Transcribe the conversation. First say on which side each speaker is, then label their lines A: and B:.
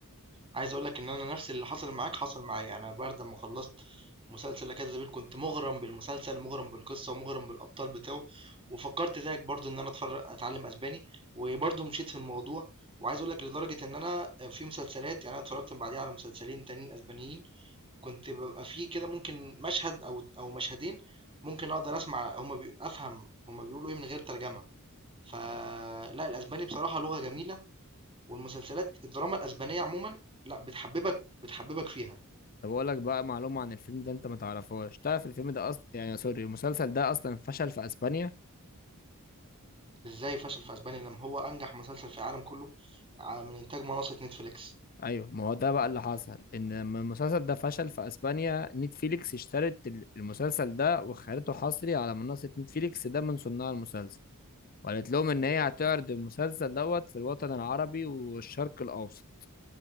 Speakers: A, on the right; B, on the left.
A: عايز اقول لك ان انا نفس اللي حصل معاك حصل معايا يعني انا بعد ما خلصت مسلسل لا كذا بيل كنت مغرم بالمسلسل مغرم بالقصه ومغرم بالابطال بتاعه وفكرت زيك برضو ان انا اتفرج اتعلم اسباني وبرضو مشيت في الموضوع وعايز اقول لك لدرجه ان انا في مسلسلات يعني انا اتفرجت بعديها على مسلسلين تانيين اسبانيين كنت ببقى فيه كده ممكن مشهد او او مشهدين ممكن اقدر اسمع هما بي... افهم هما بيقولوا ايه من غير ترجمه فلا الاسباني بصراحه لغه جميله والمسلسلات الدراما الأسبانية عمومًا لأ، بتحببك بتحببك فيها،
B: طب اقول لك بقى معلومه عن الفيلم ده انت ما تعرفهاش تعرف الفيلم ده اصلا يعني سوري المسلسل ده اصلا فشل في اسبانيا
A: إزاي فشل في أسبانيا لمّا هو أنجح مسلسل في العالم كله ع من إنتاج منصة Netflix.
B: ايوه ما هو ده بقى اللي حصل ان لما المسلسل ده فشل في اسبانيا نتفليكس اشترت ال- المسلسل ده وخلته حصري على منصة نتفليكس ده من صناع المسلسل وقالت لهم ان هي هتعرض المسلسل دوت في الوطن العربي والشرق الاوسط